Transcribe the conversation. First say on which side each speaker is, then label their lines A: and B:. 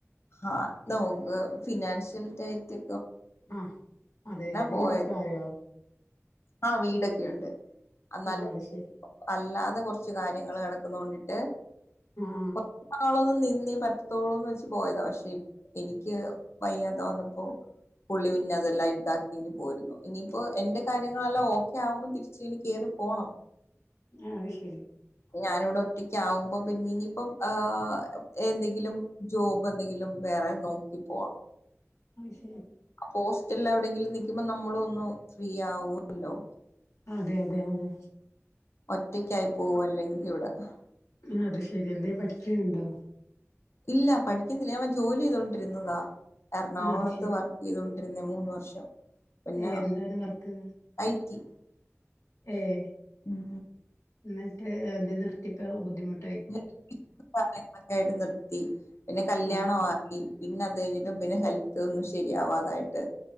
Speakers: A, on the left; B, on the left.
A: ആ നോക്ക് ഫിനാൻഷ്യൽടൈറ്റ്
B: ആ അതെ വീടൊക്കെ
A: പോയത്
B: ആയോ
A: ആ വീടൊക്കെയുണ്ട് എന്നാലും
B: ആഹ് അത് ശരി
A: അല്ലാതെ കുറച്ച് കാര്യങ്ങൾ കിടക്കുന്നതുകൊണ്ടിട്ടു
B: ആഹ്
A: കൊ നാളൊന്നും <unintelligible> ന്നെ പറ്റത്തോളൂന്ന് വെച്ച് പോയതാ പക്ഷെ എനിക്ക് വയ്യാതെ വന്നപ്പോ പുള്ളി പിന്നെ അതെല്ലാം ഇതാക്കി പോരുന്നു ഇനിയിപ്പോ എന്റെ കാര്യങ്ങളെല്ലാം ഓക്കെ ആകുമ്പോ തിരിച്ച് ഇനി കേറി പോണം
B: ആഹ് അത് ശ
A: ഞാൻ ഇവിടെ ഒ റ്റക്ക് ആവുമ്പോ പിന്നെ ഇനിയിപ്പം ഏഹ് ഏന്തെങ്കിലും ജോബ് എന്തെങ്കിലും വേറെ നോക്കി പോണം
B: അത്ശ
A: അപ്പോ ഓസ്റ്റൽല് എവിടെ ന്നില് നിക്കുമ്പം നമ്മളു ഒന്നു ഫ്രീ ആവുല്ലോ
B: അതെ അതെ അതെ
A: ഒറ്റക്കായി പോവു അല്ലെങ്കി ഇവിടെ ഹ
B: ആ അത് ശെരി എന്തേം പഠിക്കിണ് ണ്ടോ
A: ഇല്ല പഠിക്കുന്നില്ല ഞാൻ <unintelligible> ജോലി ചെയ്തോണ്ടിരുന്നതാ എറണാകുളത്ത്
B: ആഹ് അത് ശരി
A: വർക്ക് ചെയ്തോ ഇരുന്നെ മൂന്ന് വർഷം പിന്നെ
B: ഏഹ് എന്താണ് വർക്ക്
A: ഐ ടി
B: ഏഹ്.
A: ഉം
B: ന്നട്ട് എന്ത്യേ നിർത്തി പ്പോ ബുദ്ധിമുട്ട്
A: <unintelligible> യിട്ട് നിർത്തി പിന്നെ കല്യാണാക്കി.
B: ആഹ്
A: പിന്നെ അത് കഴിഞ്ഞപ്പം പിന്നെ ഹെൽത്ത് ഒന്നും ശരിയാവാതായിട്ട്